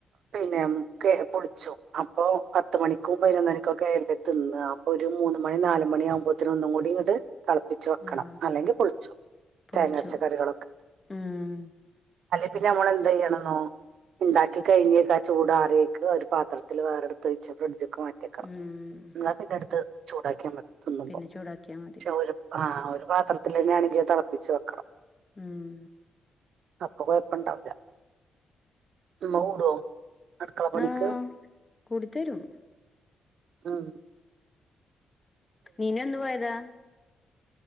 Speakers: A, on the right; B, on the left.
A: പിന്നെ പൊളിച്ചു അപ്പൊ പത്ത മണിക്കും പതിനൊന്നണിക്കും കേരല തിന്ന് അപ്പൊ ഒരു മൂന്ന് മണി നാലുമണി ആകുമ്പോത്തനും ഒന്നും കൂടി ഇങ്ങോട്ട് തിളപ്പിച്ച് വെക്കണം
B: ആ
A: അല്ലെങ്കിൽ
B: പൊളിച്ചു
A: തേങ്ങച്ചറികളൊക്കെ
B: ഉം
A: പിന്നെ നമ്മളെന്തന്ത് ചെയ്യണംെന്നോ ഉണ്ടാക്കി കഴിഞ്ഞക്കെ ആ ചൂടാറിയൊക്ക് ഒരു പാത്രത്തിൽ വേറെടുത്ത് വെച്ച് ഫ്രിഡ്ജ മാറ്റക്കണം
B: ഉം
A: നി പിന്നെ അടുത്ത് ചൂടാക്കിയാ മതി തിന്നുമ്പോ
B: പിന്നെ ചൂടാക്കിയാ മതി
A: പക്ഷെ ഒരു ആ ഒരു പാത്രത്തില തിളപ്പിച്ചു വെക്കണം
B: ഉം
A: അപ്പൊ കൊഴപ്പ ഇണ്ടാവില്ല ഉ ഓടോ അടുക്കള പണിക്ക്
B: ആ കൂടിത്തരും
A: ആഹ
B: നീന ഒന് പോയതാ